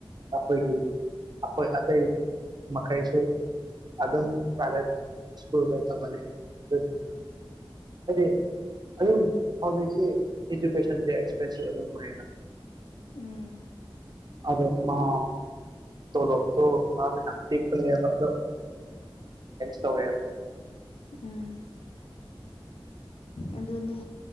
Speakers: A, on the right (about 50°); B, on the left (about 85°).
A: ꯑꯩꯈꯣꯏꯒꯤ ꯑꯇꯩ ꯃꯈꯩꯁꯨ ꯑꯗꯨꯝ ꯄ꯭ꯔꯥꯏꯚꯦꯠ ꯁ꯭ꯀꯨꯜꯗ ꯇꯝꯕꯅꯦꯦ ꯑꯗꯨ ꯑꯗꯨꯗꯤ ꯑꯗꯨꯝ ꯍꯧꯖꯤꯛꯁꯤ ꯏꯗꯨꯀꯦꯁꯟꯁꯦ ꯑꯦꯛꯁꯄꯦꯟꯁꯤꯞ ꯑꯗꯨꯝ ꯑꯣꯏꯌꯦꯅ
B: ꯎꯝ
A: ꯑꯗꯣ ꯃꯥ ꯂꯣ ꯃꯥꯦꯂꯁ ꯀꯧ
B: ꯎꯝ ꯑꯗꯨꯅꯦ